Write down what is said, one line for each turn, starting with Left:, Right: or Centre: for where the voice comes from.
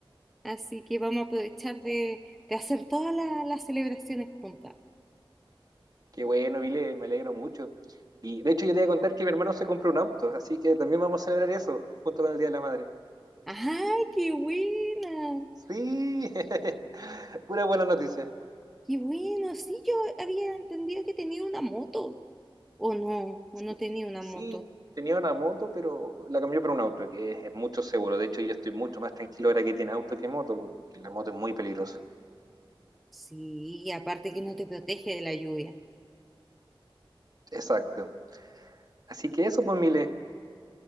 Centre: así que vamos a aprovechar de, de hacer todas la- las celebraciones juntas.
Right: ¡Qué bueno, Mile! Me alegro mucho. Y de hecho, yo te iba a contar que mi hermano se compró un auto, así que también vamos a celebrar eso junto con el Día de la Madre.
Centre: ¡Ajá, qué buena!
Right: ¡Sí! <laughs> Pura buena noticia.
Centre: ¡Qué bueno! Sí, yo había entendido que tenía una moto, o no, o
Right: Sí,
Centre: no tenía una
Right: sí,
Centre: moto.
Right: tenía una moto, pero la cambié por un auto, que es, es mucho seguro. De hecho, yo estoy mucho más tranquilo ahora que tiene auto que moto, porque la moto es muy peligrosa.
Centre: Sí, aparte que no te protege de la lluvia.
Right: Exacto. Así que eso, pues, Mile.